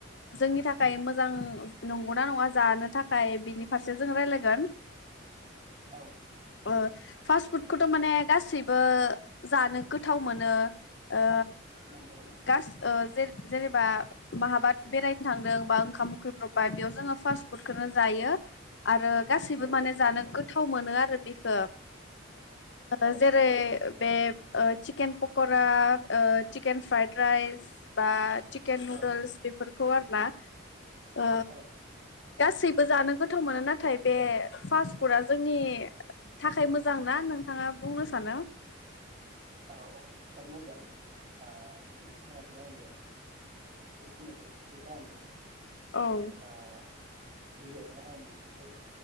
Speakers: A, on the left; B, on the right.
A: जोंनि थाखाय मोजां नंगौना नङा जानो थाखाय बिनि फारसे जों राय्लायगोन
B: औ
A: ओ फास्ट फुडखौथ' माने गासैबो जानो गोथाव मोनो ओ
B: नंगौ
A: गास ओ जे-जेनेबा माहाबाद बेरायनो थांदोंबा ओंखाम उखैब्रबबाय बेयाव जोङो फास्ट फुडखौनो जायो आरो। गासैबो
B: औ
A: माने
B: नंगौ
A: जानो गोथाव मोनो आर <unintelligible> बिखो। आ
B: औ
A: जेरै बेब ओ चिकेन पक'रा ओ चिकेन फ्राइद राइस बा चिकेन नुदोल्स
B: औ
A: बेफोरखौ आरोना ओ
B: नंगौ
A: गासैबो जानो गोथाव मोनो नाथाय बे फास्ट फुडआ जोंनि थाखाय मोजां ना नोंथाङा बुंनो सानो।
B: औ औ खोब मोजां आ नोंथाङा दि आंनो बेखिनिखौ सोंथि खालामदों।
A: औ
B: ओ। गिबियावनो आं नोंथांखौ